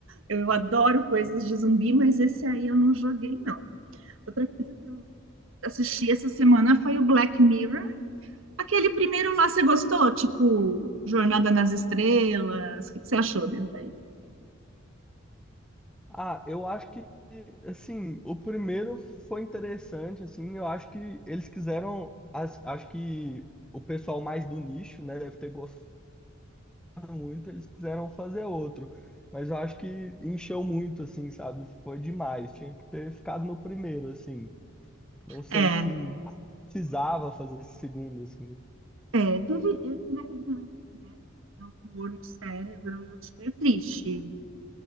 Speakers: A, on the right; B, in the centre.
A: Eu adoro coisas de zumbi, mas esse aí eu não joguei, não. Outra coisa que eu assisti essa semana foi o Black Mirror. Aquele primeiro lá, você gostou? Tipo, Jornada nas Estrelas? O que, que você achou desse daí?
B: Ah, eu acho que, assim, o primeiro foi interessante, assim, eu acho que eles quiseram, as- acho que o pessoal mais do nicho, né, deve ter gostado muito, eles quiseram fazer outro, mas eu acho que encheu muito, assim, sabe? Foi demais, tinha que ter ficado no primeiro, assim, não sei
A: É,
B: se precisava fazer esse segundo, assim.
A: É, teve, eu tive aquele também da mulher que tem um tumor no cérebro, eu achei meio triste.